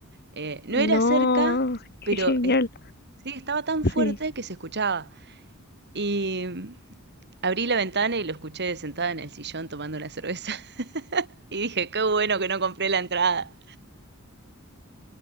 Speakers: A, on the right (about 50°); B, on the left (about 45°).
A: Eh, no
B: No,
A: era cerca,
B: qué
A: pero
B: genial,
A: es- sí estaba tan fuerte
B: sí.
A: que se escuchaba. Y mm, abrí la ventana y lo escuché sentada en el sillón tomando una cerveza. <laughs> Y dije, qué bueno que no compré la entrada.